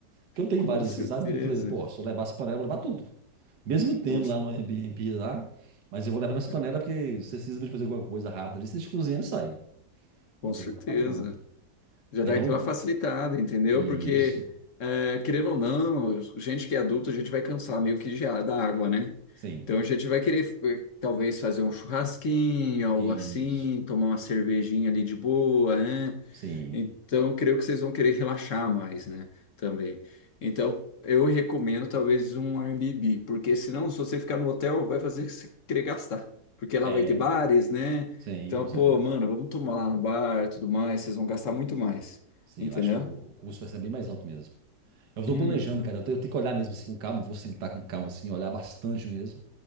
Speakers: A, on the right; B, on the left.
A: Porque eu tenho
B: com
A: vários
B: certeza.
A: assim, sabe? Eu falei, pô, se eu levar essa panela eu vou levar tudo. Mesmo tendo
B: Com, c-
A: lá no Airbnb lá, mas eu vou levar minhas
B: é,
A: panelas porque se você precisa de fazer alguma coisa rápida ali, você deixa cozinhando e sai.
B: com
A: Fala
B: certeza.
A: que eu vou lá tá pronto.
B: Já
A: Aí
B: dá
A: então,
B: aquela facilitada, entendeu?
A: isso,
B: Porque, é, querendo ou não, gente que é adulto, a gente vai cansar meio que de, a- da água, né?
A: sim,
B: Então a gente vai querer, eh, talvez, fazer um churrasquinho, algo
A: isso,
B: assim, tomar uma cervejinha ali de boa, né?
A: sim,
B: Então, creio que vocês vão querer relaxar mais, né? Também. Então, eu recomendo talvez um Airbnb, porque senão, se você ficar no hotel, vai fazer você querer gastar. Porque lá
A: é,
B: vai ter bares, né?
A: sim,
B: Então,
A: com
B: pô,
A: certeza.
B: mano, vamos tomar lá no bar e tudo mais, vocês vão gastar muito mais.
A: Sim,
B: Entendeu?
A: eu acho que o custo vai ser bem mais alto mesmo. Eu tô
B: Uhum.
A: planejando, cara. Eu tenho, eu tenho que olhar mesmo assim com calma. Vou sentar com calma, assim, olhar bastante mesmo.